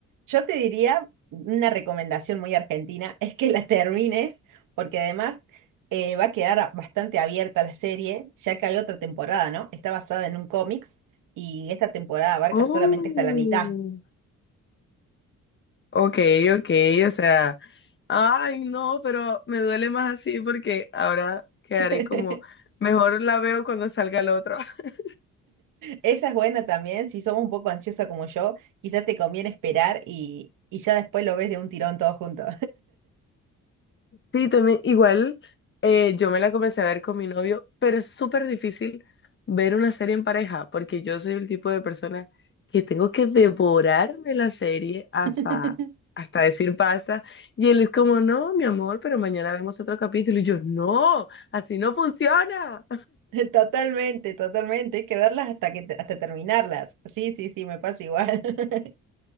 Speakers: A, on the right (about 90°); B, on the left (about 40°).
A: yo te diría una recomendación muy argentina, es que la termines, porque además eh, va a quedar bastante abierta la serie, ya que hay otra temporada, ¿no? Está basada en un cómics y esta temporada abarca
B: Oh.
A: solamente hasta la mitad.
B: Ok, ok, o sea, ay, no, pero me duele más así porque ahora quedaré
A: <laughs>
B: como, mejor la veo cuando salga el otro. <laughs>
A: Esa es buena también, si somos un poco ansiosa como yo, quizás te conviene esperar y, y ya después lo ves de un tirón todo junto.
B: Sí, también, igual, eh, yo me la comencé a ver con mi novio, pero es súper difícil ver una serie en pareja porque yo soy el tipo de persona que tengo que devorarme la serie hasta,
A: <laughs>
B: hasta decir basta. Y él es como, no, mi amor, pero mañana vemos otro capítulo. Y yo, no, así no funciona.
A: Totalmente, totalmente, hay que verlas hasta que te- hasta terminarlas. Sí, sí, sí, me pasa igual. <laughs>